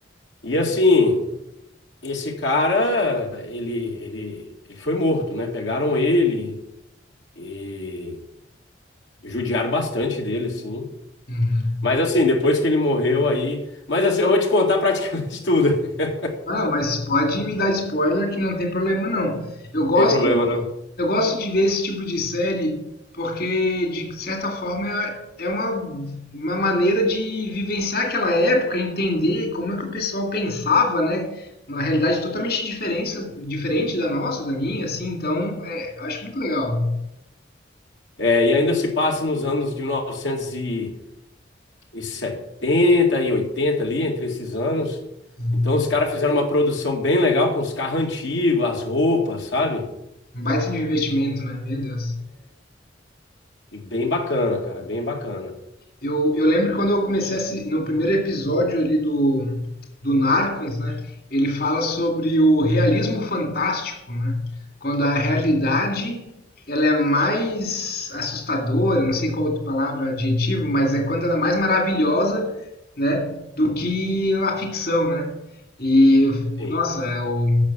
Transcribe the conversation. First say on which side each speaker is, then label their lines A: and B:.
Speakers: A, on the left; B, on the left.
A: E assim, esse cara, ele, ele, ele foi morto, né? Pegaram ele e judiaram bastante dele, assim.
B: Uhum.
A: Mas assim, depois que ele morreu aí. Mas assim, eu vou te contar praticamente <laughs> tudo. Não
B: Ah, mas pode me dar spoiler que não tem problema não. Eu gosto,
A: tem problema, não.
B: eu gosto de ver esse tipo de série porque de certa forma é é uma, uma maneira de vivenciar aquela época, entender como é que o pessoal pensava, né? Uma realidade totalmente diferença, diferente da nossa, da minha, assim, então é, eu acho muito legal.
A: É, e ainda se passa nos anos de mil novecentos e setenta e oitenta ali, entre esses anos.
B: Uhum.
A: Então os caras fizeram uma produção bem legal com os carros antigos, as roupas, sabe?
B: Um baita de um investimento, né? Meu Deus.
A: E bem bacana, cara, bem bacana.
B: Eu, eu lembro que quando eu comecei a assi- no primeiro episódio ali do, do Narcos, né? Ele fala sobre o realismo fantástico, né? Quando a realidade ela é mais assustadora, não sei qual outra palavra, adjetivo, mas é quando ela é mais maravilhosa, né? Do que a ficção, né? E eu-
A: Sim.
B: nossa, é o,